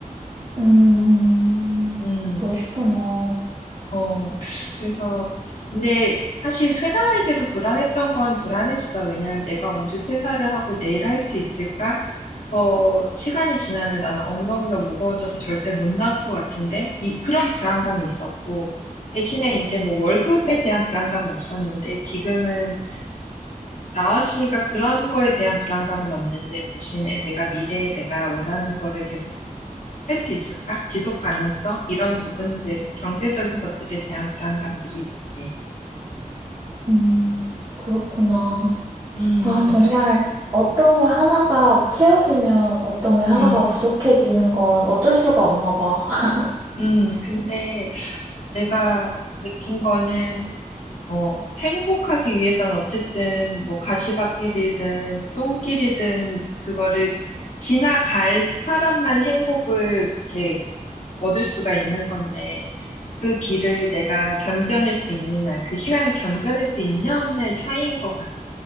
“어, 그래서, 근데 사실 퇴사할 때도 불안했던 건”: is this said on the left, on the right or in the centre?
Left